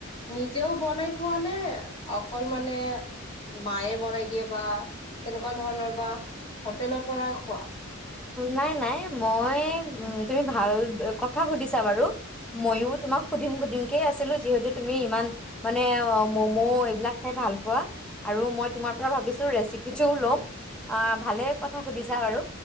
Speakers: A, on the left; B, in the centre.
A: নিজেও বনাই খোৱা নে, অকল, মানে, মায়ে বনাই দিয়ে, বা তেনেকুৱা ধৰণৰ, বা হোটেলৰ পৰাই খোৱা
B: নাই, নাই। মই, তুমি ভাল কথা সুধিছা বাৰু। মইও তোমাক সুধিম, সুধিমকে আছিলোঁ। যিহেতু তুমি ইমান, মানে, ম'ম' এইবিলাক খাই ভাল পোৱা, আৰু মই তোমাৰ পৰা ভাবিছোঁ, ৰেচিপিটোও ল'ম। আ, ভালেই কথা সুধিছা বাৰু।